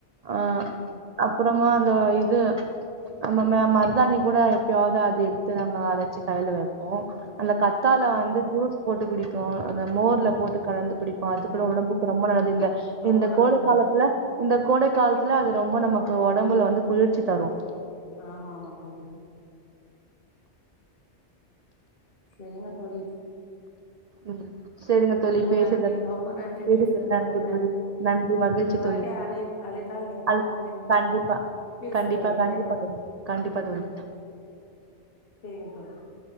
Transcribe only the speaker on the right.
அ
அப்புறமா அந்த இது அம்மம்மே மருதாணி கூட எப்யாத்து அது எடுத் த்து நாங்க அரச்சு கைல வப்போம் அந்த கத்தால
வந்து ஜூஸ் போட்டு குடி தோ அந்த மோர்ல போட்டு கலந்து புடிப்போ அதுகூட ஒடம்புக்கு ரொம்ப நல்லது இந்த
இந்த
கோடை காலத்துல இந்த கோடை காலத்துல அது ரொம்ப நமக்கு ஒடம்புல வந்து குளுர்ச்சிதரும்
உம் செரிங்க தோழி
பேசுயத
பேசுதற்கு
நன்றி
தோழி நன்றி மகிழ்ச்சி
தோழி
அது
கண்டிப்பா
கண்டிப்பா
கண்டிப்பா தோழி கண்டிப்பா தோழி